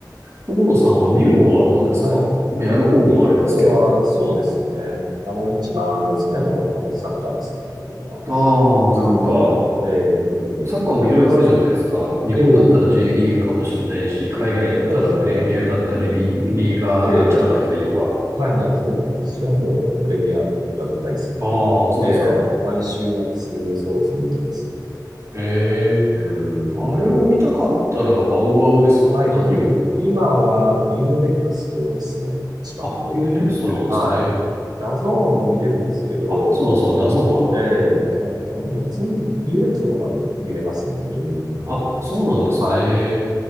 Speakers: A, on the right; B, on the right.
A: 友野さんは見る方はどうですかやる方もあれですけど。
B: はい。見る方は、そうですね。あの、一番好きなのは、あの、サッカーですね。見るのは。
A: ああ、
B: うん。
A: サッカー。
B: ええ特に海外サッカー。
A: サッカーもいろいろあるじゃないですか。日本だったら
B: ええ
A: J リーグかもしれないし、海外だったらプレミアだったり、
B: そうですね。
A: リ、リーガーなんちゃらだったりとか。
B: ええはいはい、そうですね。私はもうプレミアが大好きで、
A: ああ、そうですか。
B: ええ毎週末、そうですね、見てますね、プレミア。
A: ええ
B: うーん。
A: あれを見たかったらワウワウですか何を、
B: はい。今はユーネックスとですね、一番見れるのは。
A: あ、u ネクストなんですね。
B: はい。ダゾーンも見れるんですけど、
A: あ、そうだそうだ、ダゾーンもあるな。
B: ええだ、
A: うん。
B: だ、でも全部ユーネックストの方が見れますね、プレミアに。
A: あ、そうなんですね。
B: はい。
A: え